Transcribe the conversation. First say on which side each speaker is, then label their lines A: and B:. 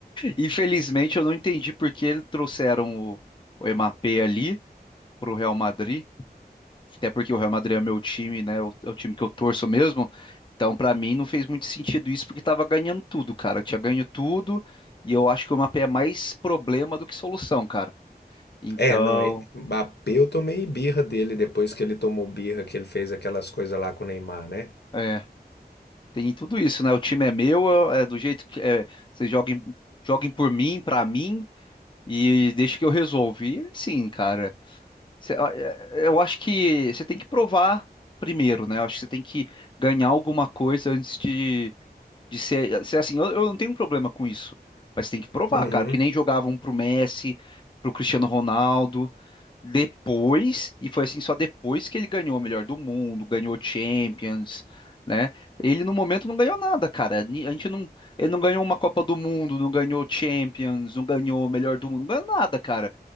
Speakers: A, on the left; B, on the left.
A: Infelizmente eu não entendi por que eles trouxeram o, o Mbappé ali pro Real Madrid. até porque o Real Madrid é meu time, né? o- É o time que eu torço mesmo. Então, pra mim, não fez muito sentido isso, porque tava ganhando tudo, cara. Tinha ganho tudo, e eu acho que o mapa é mais problema do que solução, cara. Então,
B: É, não, e- Mbappé eu tomei birra dele depois que ele tomou birra, que ele fez aquelas coisas lá com o Neymar, né?
A: é, tem tudo isso, né? O time é meu, eu- é do jeito que é, vocês joguem, joguem por mim, pra mim, e deixa que eu resolvo. E assim, cara, cê- é, eu acho que você tem que provar primeiro, né? Eu acho que você tem que ganhar alguma coisa antes de De ser, eh, ser assim, eu, eu não tenho um problema com isso. Mas tem que provar,
B: Uhum.
A: cara, que nem jogavam pro Messi, pro Cristiano Ronaldo. Depois, e foi assim só depois que ele ganhou o melhor do mundo, ganhou Champions, né? Ele no momento não ganhou nada, cara. Ni- A gente não, ele não ganhou uma Copa do Mundo, não ganhou Champions, não ganhou o melhor do mundo, não ganhou nada, cara.